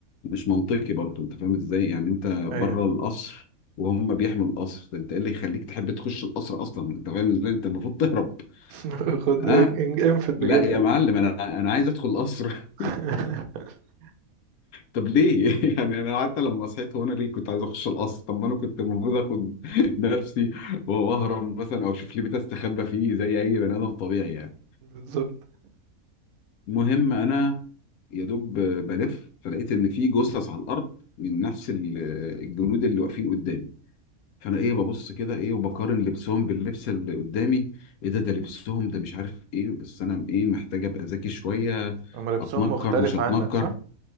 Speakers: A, on the left; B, on the right.
A: مش منطقي برضه أنت فاهم إزاي يعني أنت
B: أيوه
A: بره القصر وهم بيحموا القصر أنت إيه اللي يخليك تحب تخش القصر أصلا أنت فاهم إزاي أنت المفروض تهرب
B: <laughs> خد إن-
A: أه
B: إن- انفت بجلدك
A: لا يا معلم أنا أنا عايز أدخل القصر
B: <laughs>
A: طب ليه؟ <laughs> يعني انا حتى لما صحيت هو انا ليه كنت عايز اخش القصر؟ طب ما انا كنت المفروض اخد <laughs> نفسي واهرب مثلا او اشوف لي بيت استخبى فيه زي اي بني ادم طبيعي يعني.
B: بالظبط
A: المهم انا يا دوب بلف فلقيت ان في جثث على الارض من نفس ال- آه، الجنود اللي واقفين قدامي. فانا ايه ببص كده ايه وبقارن لبسهم باللبس اللي قدامي ايه ده ده لبسهم ده مش عارف ايه بس انا ايه محتاج ابقى ذكي شويه
B: هم لبسهم
A: اتنكر
B: مختلف
A: مش هتنكر
B: عنك صح؟